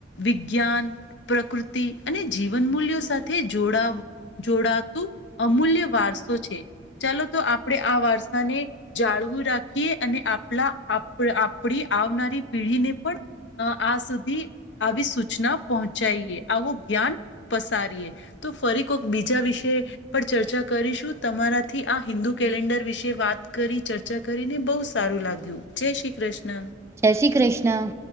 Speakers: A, on the left; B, on the right.
A: વિજ્ઞાન પ્રકૃતિ અને જીવન મૂલ્યો સાથે જોડાવ જોડાતું અમૂલ્ય વારસો છે ચાલો તો આપણે આ વારસાને જાળવી રાખીએ અને આપણા આપણી આવનારી પેઢીને પણ આ સુધી આવી સૂચના પહોંચાડીએ. આવું જ્ઞાન પસારીએ તો ફરી કોક બીજા વિષય પર ચર્ચા કરીશું તમારા થી આ હિન્દુ કેલેન્ડર વિશે વાત કરી ચર્ચા કરીને બ‌ઉ સારું લાગ્યું. જય શ્રી કષ્ણ.
B: જય શ્રી કૃષ્ણ.